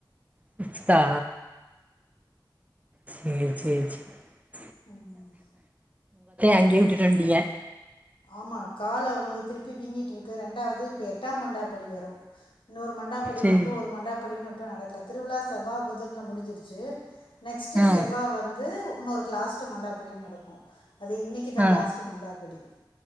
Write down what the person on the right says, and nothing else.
சிக்ஸ்த்தா சேர் சேர் சே
அங்கேயே விட்டுட்டு வந்ட்டீங்க
சேரி
ஆ
ஆ